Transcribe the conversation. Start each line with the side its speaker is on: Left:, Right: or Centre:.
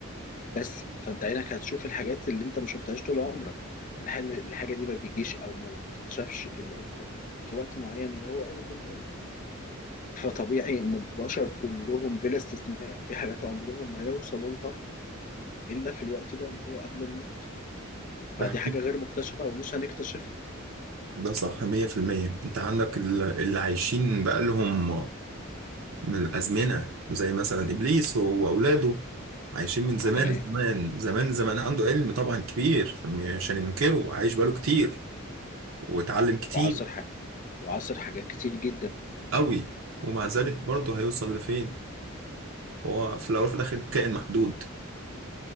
Left: بس فانت عينك هتشوف الحاجات اللي انت ما شفتهاش طول عمرك والحاجة الحاجة دي ما بيجيش او ما بتتشافش الا امتى في وقت معين اللي هو قرب الموت فطبيعي ان البشر كلهم بلا استثناء في حاجات عمرهم ما يوصلوا لها الا في الوقت ده اللي هو قبل الموت فدي
Right: ده حقيقي
Left: حاجة غير مكتشفة ومش هنكتشفها
Right: ده صح 100% أنت عندك ال- اللي عايشين بقالهم من الأزمنة زي مثلا إبليس هو وأولاده عايشين من زمان
Left: تمام
Right: زمان زمان زمان عنده علم طبعا كبير عشان ينكره عايش بقاله كتير واتعلم كتير
Left: وعصر حاجة وعصر حاجات كتير جدا
Right: قوي ومع ذلك برضه هيوصل لفين هو في الأول وفي الآخر كائن محدود